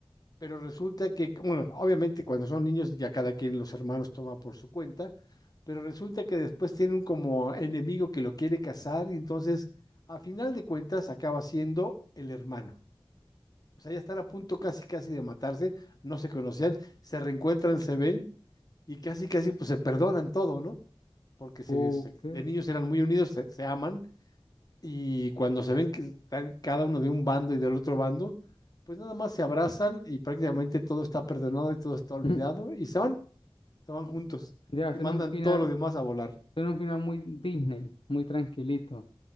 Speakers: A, on the left; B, on the left.
A: Pero resulta que, bueno, obviamente cuando son niños ya cada quien los hermanos toma por su cuenta, pero resulta que después tienen como enemigo que lo quiere casar y entonces a final de cuentas acaba siendo el hermano. O sea, ya están a punto casi casi de matarse, no se conocían, se reencuentran, se ven y casi casi pues se perdonan todo, ¿no? Porque se,
B: Ok.
A: se- de niños eran muy unidos, se, se aman y cuando se ven que están cada uno de un bando y del otro bando, pues nada más se abrazan y prácticamente todo está perdonado y todo está
B: <clears throat>
A: olvidado
B: <laughs>
A: y se van, se van juntos
B: Ya,
A: y
B: suena
A: mandan
B: un final,
A: todo lo demás a volar.
B: suena un final muy Disney, muy tranquilito.